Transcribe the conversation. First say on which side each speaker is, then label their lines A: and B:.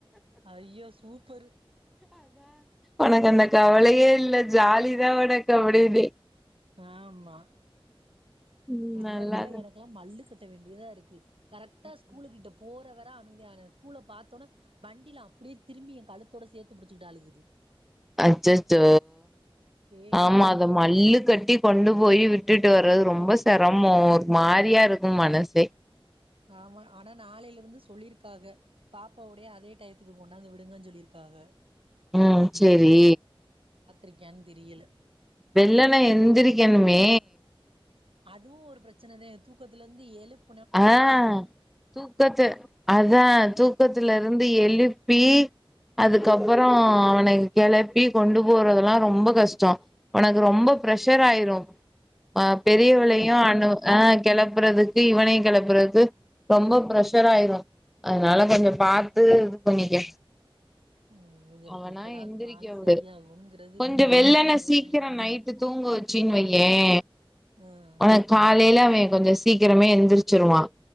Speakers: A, on the right; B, in the centre.
A: ஐயோ சூப் பரு
B: ஒனக்கந்த கவலையே இல்ல ஜாலிதா ஒனக்கு அப்டின்னு
A: ஆமா
B: ம்
A: நம்மளுக்கு
B: நல்லாதா
A: எல்லா எனக்கெல்லா மல்லுக்கு கட்ட வேண்டியதா இருக்கு கரெக்டா ஸ்கூலு கிட்ட போற வர அமைதியான ஸ்கூல பாத்தோன வண்டியில அப்டியே திரும்பி என் கழுத்தோட சேத்து பிடிச்சிட்டு அழுகுது
B: அச்சச்சோ
A: ஏ
B: ஆமா
A: கேக்குறீய
B: அத மல்லு கட்டி கொண்டு போய் விட்டுட்டு வர்றது ரொம்ப சிரமோ ஒரு மாரியா இருக்கும் மனசே
A: ஆமா ஆனா நாளையில இருந்து சொல்லிருக்காஹா பாப்பாவவுடையே அதே டயத்துக்கு கொண்டாந்து விடுங்கன்னு சொல்லியிருக்காஹ
B: உஹம் செரி
A: ரிக்கானு தெரியல
B: வெள்ளனெ எந்திரக்கணுமே
A: அதுவு ஒரு பிரச்சனதா தூக்கத்துல இருந்து எழுப்பு
B: ஆஹ் தூக்கத்து அத்தா தூக்கத்துல இருந்து எழுப்பி ப்பி அதுக்கப்புறோ அவன கெளப்பி கொண்டு போறதெல்லா ரொம்ப கஷ்டோ உனக்கு ரொம்ப ப்ரஷர் ஆயிரு ஆஹ பெரியவளையு
A: ப்ரெஷராவே
B: அ
A: இருக்கு
B: ஆஹ கெளப்புறது டியே இவனையு கெப்புறது ரொம்ப பெஷர் ஆயிரு அதனால கொஞ்சோ பாத் து இது பண்ணிக்க
A: ம் எனக்கு
B: அவனாவே
A: எப்படா அது
B: எந்திரிக்க
A: கால்
B: விடு
A: சரியாகுங்கிறது இருக்கு
B: கொஞ்சோ
A: ஆண்டவன்ட்ட
B: வெள்ளனென
A: அதே
B: சீக்கிரோ
A: வேண்டி
B: நைட்டு தூங்க வெச்சேன்னு வை ஏயா
A: ம்
B: ஆனா காலையில கொஞ்சோ சீக்கிரமே எந்திரிச்ச ச்சிருவா